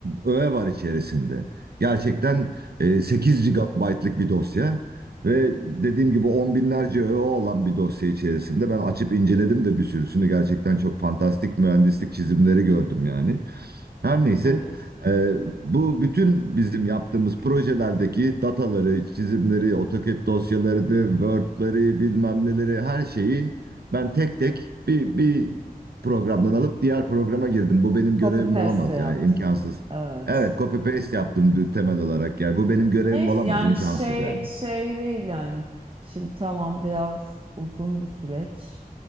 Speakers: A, on the right; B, on the right.
A: öğe var içerisinde. Gerçekten e, 8 GB'lık bir dosya. Ve dediğim gibi on binlerce öğe olan bir dosya içerisinde ben açıp inceledim de bir sürüsünü gerçekten çok fantastik mühendislik çizimleri gördüm yani. Her neyse,
B: Evet.
A: e, bu bütün bizim yaptığımız projelerdeki dataları, çizimleri, AutoCAD dosyalarını, Word'leri, bilmem neleri, her şeyi ben tek tek bir, bir programdan alıp diğer programa girdim. Bu benim görevim
B: Copy paste
A: olamaz
B: de yaptım.
A: yani imkansız.
B: Evet.
A: Evet, copy paste yaptım dü- temel olarak yani. Bu benim görevim
B: Neyse
A: olamaz,
B: yani
A: imkansız
B: şey
A: yani.
B: şey değil yani. Şimdi tamam biraz uzun bir süreç.